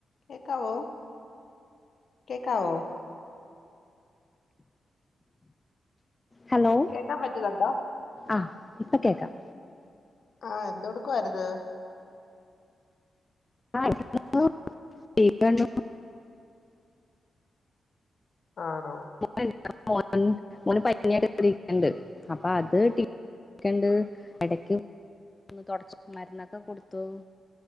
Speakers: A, on the left (about 60°); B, on the left (about 25°).
A: കേക്കാവോ കേക്കാവോ
B: ഹലോ
A: കേക്കാൻ പറ്റുന്നുണ്ടോ
B: ആഹ് ഇപ്പ കേക്കാം
A: ആഹ് എന്തോടുക്ക്വാരുന്ന്
B: ആഹ് ഇവ്ടൊണ്ട് ടി വി കണ്ടു
A: ആണോ
B: മോന്ണ്ട് അപ്പ മോൻ മോന് പനിയായ്ട്ട് ഇവ്ടിരിക്കൺണ്ട് അപ്പം അത് ടി ക്കെണ്ട് എടക്ക് ഒന്ന് തൊടച്ചു മര്ന്നക്കെ കൊട്ത്തൂ